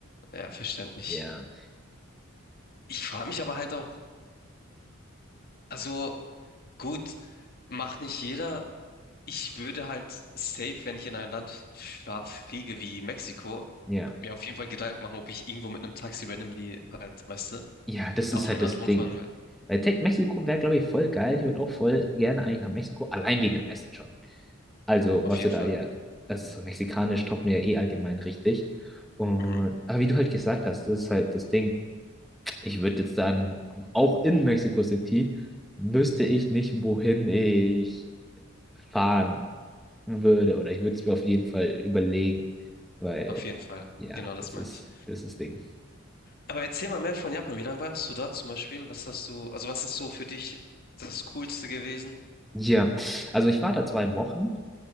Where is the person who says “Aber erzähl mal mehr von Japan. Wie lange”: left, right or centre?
Left